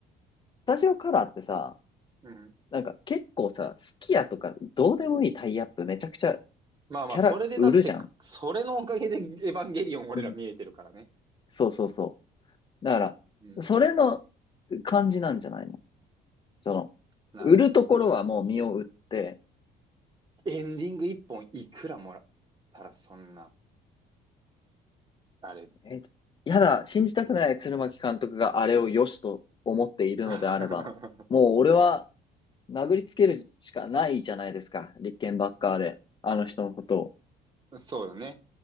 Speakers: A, on the left; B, on the right.
A: スタジオカラーってさ、
B: うん。
A: なんか結構さ、スキヤとかどうでもいいタイアップめちゃくちゃ
B: まあまあ、
A: キャラ売るじゃん。
B: それでだって、くそれのおかげでエヴァンゲリオン俺ら見えてるからね。
A: うん。そうそうそう。だか
B: うん。
A: ら、それの感じなんじゃないのその、
B: なるほど。
A: 売るところはもう身を売って、
B: いい。エンディング一本いくらもらったらそんな、あれ。
A: え、やだ、信じたくない鶴巻監督があれを良しと思っているのであれば、
B: <laughs>
A: もう俺は殴りつけるしかないじゃないですか。立憲バッカーで、あの人のことを。
B: そうだね。